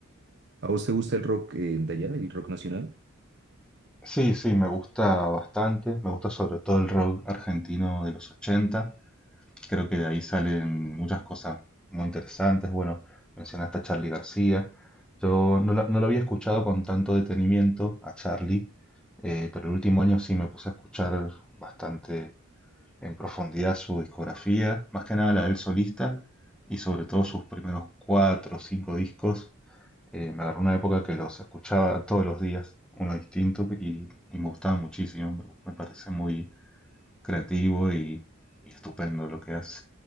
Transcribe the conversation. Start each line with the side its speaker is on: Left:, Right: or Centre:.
Right: ¿A vos te gusta el rock eh, de allá, el rock nacional?
Centre: Sí, sí, me gusta bastante. Me gusta sobre todo el rock argentino de los 80. Creo que de ahí salen muchas cosas muy interesantes. Bueno, mencionaste a Charlie García. Yo no, la- no lo había escuchado con tanto detenimiento a Charlie, eh, pero el último año sí me puse a escuchar bastante en profundidad su discografía, más que nada la del solista y sobre todo sus primeros cuatro o cinco discos. Eh, me agarró una época que los escuchaba todos los días, uno distinto, y, y me gustaba muchísimo. Me, me parece muy creativo y, y estupendo lo que hace.